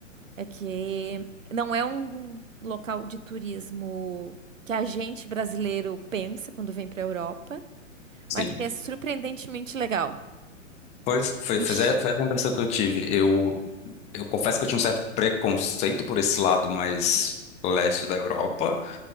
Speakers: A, on the right; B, on the left.
A: é que não é um local de turismo que a gente brasileiro pensa quando vem pra Europa,
B: sim.
A: mas que é surpreendentemente legal.
B: Pois foi, foi,
A: Ixi.
B: essa- foi essa a impressão que eu tive. Eu, eu confesso que eu tinha um certo preconceito por esse lado mais leste da Europa.